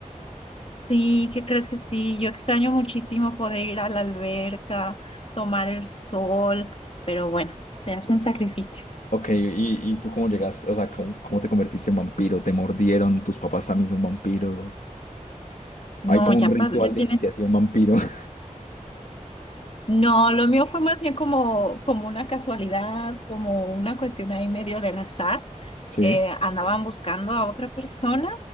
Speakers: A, on the left; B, on the left.
A: Sí, ¿qué crees que sí? Yo extraño muchísimo poder ir a la alberca, tomar el sol, pero bueno, se hacen
B: <laughs>
A: sacrificios.
B: Ok, ¿y, y tú cómo llegaste? O sea, ¿cómo, cómo te convertiste en vampiro? ¿Te mordieron? ¿Tus papás también son vampiros?
A: No,
B: Hay como
A: ya
B: un ritual
A: pas- ya
B: de
A: tienen.
B: iniciación vampiro. <laughs>
A: No, lo mío fue más bien como, como una casualidad, como una cuestión ahí medio del azar
B: Sí,
A: eh, andaban buscando a otra persona